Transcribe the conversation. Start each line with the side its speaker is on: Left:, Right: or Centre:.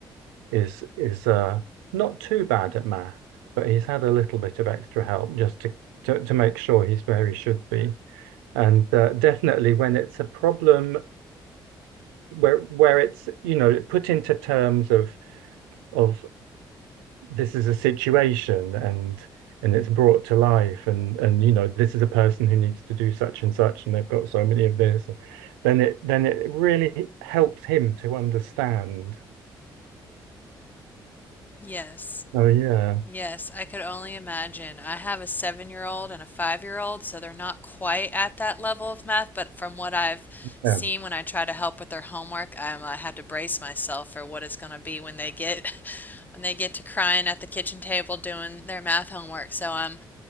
Right: is is uh not too bad at maths, but he's had a little bit of extra help just to to, to make sure he's where he should be. And uh, definitely when it's a problem where where it's you know put into terms of of this is a situation and and it's brought to life and and you know this is a person who needs to do such and such and they've got so many of this and then it then it really helps him to understand
Left: Yes.
Right: oh yeah
Left: Yes, I could only imagine. I have a seven year old and a five year old, so they're not quite at that level of math. But from what I've seen
Right: yeah
Left: when I try to help with their homework, I'm, I had to brace myself for what it's going to be when they get <laughs> when they get to crying at the kitchen table doing their math homework. So I'm